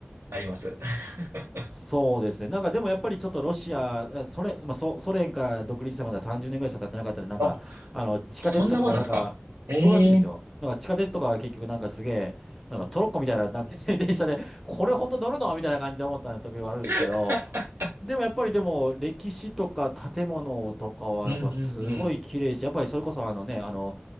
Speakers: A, on the right; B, in the centre.
A: あります。<laughs>
B: そうですね。なんかでもやっぱりちょっとロシア、あソ連、まあ、ソ、ソ連から独立してまだ30年ぐらいしか経ってなかったんで、なんか、
A: あ、
B: あの、地下鉄とかがなんか、
A: そんなもんなんですかええー
B: そうらしいですよ。なんか地下鉄とかが結局なんかすげえ、なんかトロッコみたいな、なんか <laughs> 電車で、これ本当乗るのみたいな感じで思った時はあるんですけど、
A: <laughs>
B: でもやっぱりでも歴史とか建物とかはやっぱすごい綺麗し、
A: うんうんうん。
B: やっぱりそれこそあのね、あの、